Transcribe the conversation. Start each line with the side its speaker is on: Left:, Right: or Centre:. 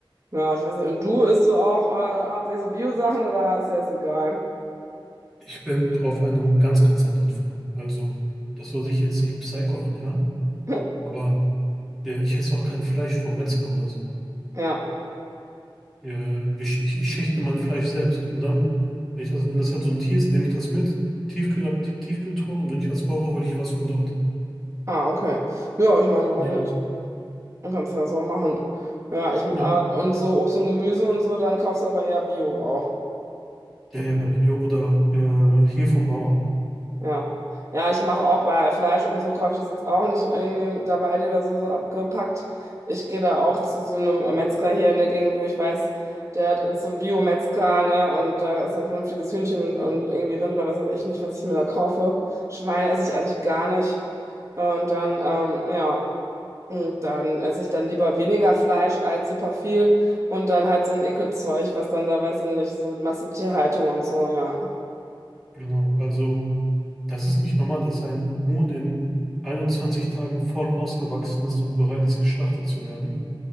Right: ja, ich weiß nicht. Und du isst du auch äh, hauptsächlich so Bio-Sachen oder ist dir das egal?
Centre: Ich bin auf einem ganz, ganz anderen Film. Also, das soll sich jetzt nicht Psycho anhören,
Right: <clears throat>
Centre: aber der, ich esse auch kein Fleisch vom Metzger oder so.
Right: Ja.
Centre: Ja, wie ich, ich schächte mein Fleisch selbst. Und dann, wenn ich das, wenn das halt so ein Tier ist, nehme ich das mit, Tiefkühl Tie- Tiefkühltruhe und wenn ich was brauche, hole ich was von dort.
Right: Ah, okay. Ja, ich meine, warum
Centre: Ja,
Right: nicht? Man kann es ja so machen. Ja, ich, äh,
Centre: ja,
Right: und so Obst und Gemüse und so, dann kaufst aber eher Bio auch.
Centre: ja, ja, Bio oder äh, hier vom Bauern.
Right: Ja. Ja, ich mache auch bei Fleisch und so kaufe ich das jetzt auch nicht irgendwie da bei Aldi oder so, so abgepackt. Ich gehe da auch zu so einem Metzger hier in der Gegend, wo ich weiß, der, das ist so ein Bio-Metzger, ne? Und da ist ein vernünftiges Hühnchen und, und irgendwie Rind oder was weiß ich nicht, was ich mir da kaufe. Schweine esse ich eigentlich gar nicht. Und dann, ähm, ja, und dann esse ich dann lieber weniger Fleisch als super viel und dann halt so ein Ekelzeug, was dann da, weiß ich nicht, so Massentierhaltung und so, ja.
Centre: Genau. Also, das ist nicht normal, dass ein Huhn in 21 Tagen voll ausgewachsen ist und bereit ist, geschlachtet zu werden.